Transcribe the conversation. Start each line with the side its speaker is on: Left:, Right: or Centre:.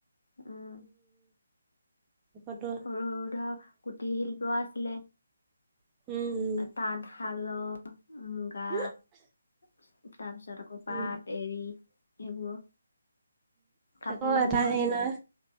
Left: উম
Right: আকৌতো
Left: সৰু সৰু ধৰ কুটিৰ শিল্প আছিলে।
Right: উম উম।
Left: তাঁত শালঅ মুগা
Right: উম
Left: তাৰপিছত আকৌ
Right: উম
Left: পাত এৰি সেইবোৰ কাপোৰ
Right: আকৌ এটা
Left: বৈ
Right: হেৰি নহয়,